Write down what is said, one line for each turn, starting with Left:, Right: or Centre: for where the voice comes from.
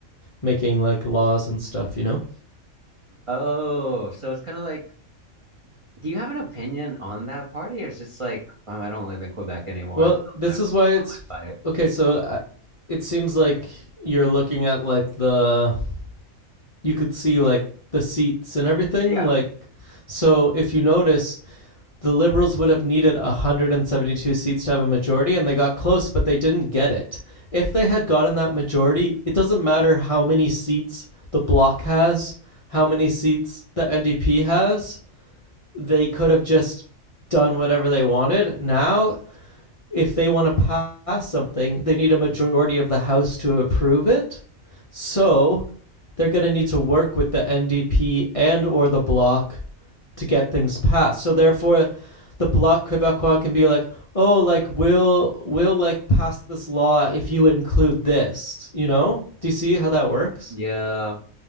Left: making like laws and stuff, you know?
Right: Oh, so it's kind of like, do you have an opinion on that party, or it's just like, um, I don't live in Quebec anymore.
Left: Well,
Right: It's not
Left: this
Right: my,
Left: is why
Right: it's
Left: it's
Right: not my fight.
Left: okay. So I, it seems like you're looking at like the you could see like the seats and everything.
Right: Yeah,
Left: Like, so if you notice, the Liberals would have needed 172 seats to have a majority, and they got close, but they didn't get it. If they had gotten that majority, it doesn't matter how many seats the Bloc has, how many seats the NDP has. They could have just done whatever they wanted. Now if they want to pass something, they need a majority of the House to approve it. So they're going to need to work with the NDP and or the Bloc to get things passed. So therefore, the Bloc Quebecois can be like, oh, like we'll we'll like pass this law if you include this. You know? Do you see how that works?
Right: yeah.